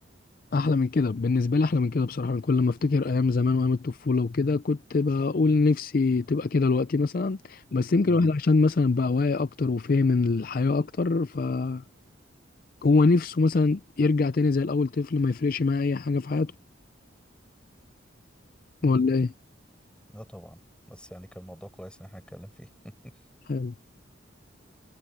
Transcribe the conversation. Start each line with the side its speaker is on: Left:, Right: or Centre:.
Left: احلى من كده بالنسبه لي احلى من كده بصراحه أنا كل ما افتكر ايام زمان وايام الطفوله وكده كنت بقول نفسي تبقى كده دلوقتي مثلا بس يمكن
Centre: امم
Left: الواحد عشان مثلا بقى واعي اكتر وفاهم الحياه اكتر فهو نفسه مثلا يرجع تاني زي الاول طفل ما يفرقش معاه اي حاجه في حياته
Centre: امم
Left: ولا ايه
Centre: لا طبعا بس يعني كان الموضوع كويس ان احنا نتكلم فيه <laughs>
Left: حلو